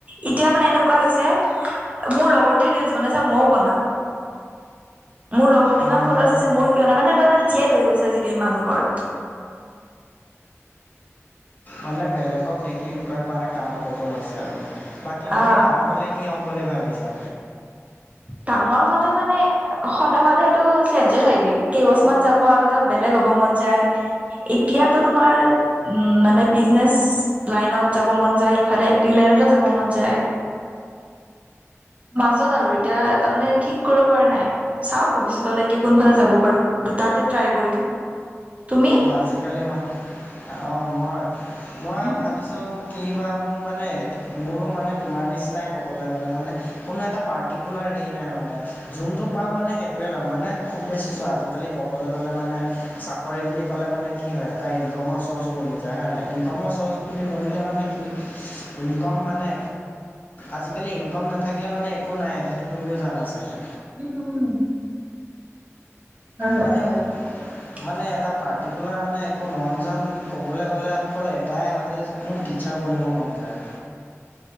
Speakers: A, on the right; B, on the left.
A: এতিয়া মানে এনেকুৱা হৈছে মোৰ লগৰ টোয়ে ৰিলচ বনাইছে মইও বনাম। মোৰ লগৰটো
B: অঁ
A: ইমান
B: এনেকুৱা
A: ফ্লৱাৰচ হৈছে কিয় মানে এতিয়া ধৰা জেদ হৈ গৈছে আজিকালি মানুহৰ।
B: মানে বেলেগক দেখি লুকুৱাই পৰানে কাম কৰিব লৈছে আৰু। বাকী তুমি
A: অ
B: ডাঙৰ হ'লে কি হ'ম বুলি ভাবিছা?
A: ডাঙৰ হ'লে মানে সদায় - সদায় সেইটো চেঞ্জ হৈ থাকে। কেইবছৰমান যাব আৰু তাৰ পিছত বেলেগ হ'ব মন যায়। এতিয়াতো তোমাৰ উম, মানে বিজনেচ লাইনত যাব মন যায়, ইফালে এক্টিং লাইনটো যাব মন যায়। মাজত আৰু এতিয়া তাৰমানে ঠিক কৰিব পৰা নাই। চাও ভৱিষ্যতলৈকে কোনফালে যাব পাৰো দুটাতে ট্ৰাই কৰিম। তুমি?
B: অঁ আজিকালি মানে অ, মই মই
A: উম
B: ভাবিছো কি'বা মোৰ মানে মোৰো মানে তোমাৰ নিচিনাই ক'বলৈ গ'লে মানে কোনো এটা পাৰ্টিকুলাৰ হেৰি নাই মানে যোনটো পাও মানে সেইটোৱে ল'ম মানে। খুব বেছি চোৱা আজি কালি ক'বলৈ গ'লে মানে চাকৰি বুলি ক'লে মানে কি হয় এটা ইনকমৰ চ'ৰ্চ বনি যায় হয় নাই। ইনকমৰ চ'ৰ্চ বুলি বনিলে মানে কি ইনকম মানে আজিকালি ইনকম নাথাকিলে মানে একো নাই সেইটো তুমিও জানা চাগে।
A: উম - উম। হয়
B: মানে মোক
A: <inaudible>
B: মানে এটা পাৰ্টিকুলাৰ মানে একো মন-চন কবলৈ গ'লে অকল এটাই মাজে মোৰ টিচাৰ বনিব মন যায়